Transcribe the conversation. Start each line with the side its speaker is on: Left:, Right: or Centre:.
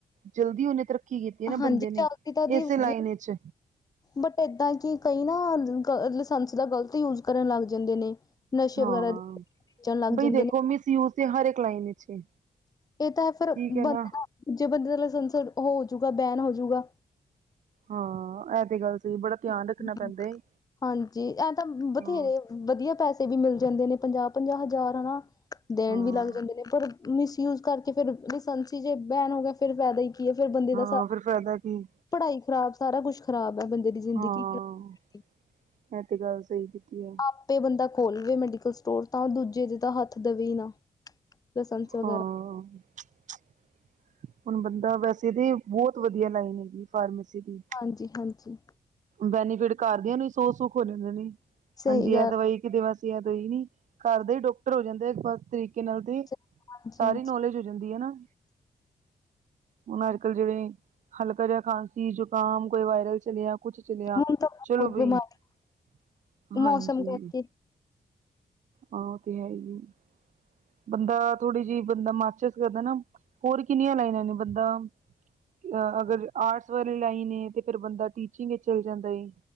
Right: ਜਲਦੀ ਉਹ ਨੇ ਤਰੱਕੀ ਕੀਤੀ ਹੈ ਨਾ
Left: ਹਾਂਜੀ
Right: ਬੰਦੇ ਨੇ
Left: ਚੱਲਦੀ ਤਾਂ ਦੀ
Right: ਇਸੇ
Left: ਵਧੀਆ
Right: ਲਾਈਨ ਵਿੱਚ।
Left: ਬਟ ਏਦਾਂ ਏ ਕਿ ਕਈ ਨਾ ਲਾਇਸੰਸ ਦਾ ਗ਼ਲਤ ਯੂਜ ਕਰਨ ਲੱਗ ਜਾਂਦੇ ਨੇ। ਨਸ਼ੇ
Right: ਹਾਂ,
Left: ਵਗੈਰਾ
Right: ਹਾਂ
Left: ਦੇ ਵੇਚਣ ਲੱਗ
Right: ਬਈ
Left: ਜਾਂਦੇ
Right: ਦੇਖੋ
Left: ਨੇ
Right: ਮਿਸ ਯੂਜ ਦੇ ਹਰ ਇੱਕ ਲਾਈਨ ਵਿੱਚ ਏ।
Left: ਇਹ ਤਾਂ ਹੈ ਫੇਰ
Right: ਠੀਕ
Left: ਬੰਦੇ
Right: ਹੈ ਨਾ
Left: ਦਾ ਜੇ ਬੰਦੇ ਦਾ ਲਾਇਸੰਸ ਹੋਜੂਗਾ ਬੈਨ ਹੋਜੂਗਾ।
Right: ਹਾਂ ਇਹ ਤੇ ਗੱਲ ਸਹੀ ਬੜਾ
Left: <inaudible>
Right: ਧਿਆਨ ਰੱਖਣਾ ਪੈਂਦਾ ਏ
Left: ਹਾਂਜੀ ਇਹ ਤਾਂ ਬਥੇਰੇ
Right: ਹਾਂ
Left: ਵਧੀਆ ਪੈਸੇ ਵੀ ਮਿਲ ਜਾਂਦੇ ਨੇ ਪੰਜਾਹ- ਪੰਜਾਹ ਹਜ਼ਾਰ ਹਨਾ ਦੇਣ
Right: ਹਾਂ
Left: ਵੀ ਲੱਗ ਜਾਂਦੇ ਨੇ, ਪਰ ਮਿਸਯੂਜ ਕਰਕੇ ਫੇਰ ਲਾਇਸੰਸ ਜੇ ਬੈਨ ਹੋ ਗਿਆ, ਫੇਰ ਫਾਇਦਾ ਕਿਏ ਫੇਰ ਬੰਦੇ
Right: ਹਾਂ
Left: ਦਾ ਸਾਰਾ
Right: ਫਿਰ ਫਾਇਦਾ
Left: <inaudible>
Right: ਕੀ
Left: ਪੜ੍ਹਾਈ ਖਰਾਬ ਸਾਰਾ ਕੁਛ ਖ਼ਰਾਬ ਹੈ ਬੰਦੇ ਮੇਰੀ ਜ਼ਿੰਦਗੀ
Right: ਹਾਂ
Left: ਖ਼ਰਾਬ ਕਰਦੀ
Right: ਇਹ
Left: <inaudible>
Right: ਤੇ ਗੱਲ ਸਹੀ ਕੀਤੀ ਹੈ
Left: ਆਪ ਤੇ ਬੰਦਾ ਖੋਲਵੇ ਮੈਡੀਕਲ ਸਟੋਰ ਤਾਂ ਦੂਜੇ ਦੇ ਤਾਂ ਹੱਥ ਦੇਵੇ ਹੀ ਨਾ। ਲਸੰਸ ਵਗੈਰਾ
Right: ਹਾਂ। <inaudible> ਹੁਣ ਬੰਦਾ ਵੈਸੇ 'ਤੇ ਬਹੁਤ ਵਧੀਆ ਲਾਈਨ ਹੈਗੀ ਫਾਰਮੇਸੀ ਦੀ।
Left: ਹਾਂਜੀ-ਹਾਂਜੀ।
Right: ਬੈਨੀਫਿਟ ਘਰ ਦਿਆਂ ਨੂੰ ਸੌ ਸੁੱਖ ਹੋ ਜਾਂਦੇ ਨੇ,
Left: ਸਹੀ
Right: ਹਾਂਜੀ ਇਹ
Left: ਗੱਲ
Right: ਦਵਾਈ ਇਹ ਦਵਾ ਸੀ ਦਈ ਹੀ ਨੀ, ਘਰ ਦਾ ਹੀ ਡਾਕਟਰ ਹੋ ਜਾਂਦੇ‌ ਫਸਟ ਤਰੀਕੇ ਨਾਲ 'ਤੇ
Left: ਹਾਂਜੀ
Right: ਸਾਰੀ
Left: ਹਾਂਜੀ
Right: ਨੌਲੇਜ ਜਾਂਦੀ ਹੈ ਨਾ। ਹੁਣ ਅੱਜ-ਕੱਲ ਜਿਵੇਂ ਹਲਕਾ ਜਿਹਾ ਖਾਂਸੀ, ਜ਼ੁਕਾਮ ਕੋਈ ਵਾਇਰਲ ਚਲਿਆ ਕੁਛ ਚਲਿਆ,
Left: ਹੁਣ ਤਾਂ ਬਹੁਤ
Right: ਚਲੋ ਬਈ
Left: ਬਿਮਾਰੀ
Right: <inaudible> ਹਾਂਜੀ।
Left: ਮੌਸਮ ਕਰਕੇ
Right: ਹਾਂ ਓਹ ਤੇ ਹੈ ਈ ਏ। ਬੰਦਾ ਥੋੜ੍ਹੀ ਜਿਹੀ ਬੰਦਾ ਮਾਸਟਰਸ ਕਰਦਾ ਨਾ, ਹੋਰ ਕਿੰਨੀਆਂ ਲਾਈਨਾਂ ਨੇ ਬੰਦਾ ਅ ਅਗਰ ਆਰਟਸ ਵਾਲੀ ਲਾਈਨ ਏ, ਤੇ ਫੇਰ ਬੰਦਾ ਟੀਚਿੰਗ ਚੱਲ ਜਾਂਦਾ ਏ